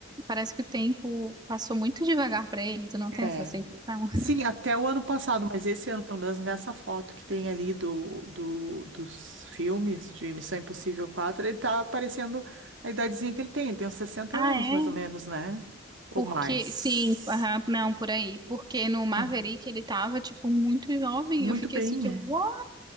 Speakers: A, on the right; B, on the right.
A: parece que o tempo passou muito devagar pra ele. Tu não tem
B: É.
A: essa sensação? <laughs>
B: Sim, até o ano passado, mas esse ano, pelo menos nessa foto que tem ali do, do- dos filmes de Missão Impossível 4, ele tá aparecendo a idadezinha que ele tem. Ele tem uns 60
A: Ah,
B: anos,
A: é?
B: mais ou menos, né? Ou
A: Porque,
B: mais.
A: sim, aham, não, por aí. Porque no Maverick
B: É.
A: ele tava, tipo, muito jovem.
B: Muito
A: Eu fiquei
B: bem,
A: assim, tipo,
B: é.
A: "Uau,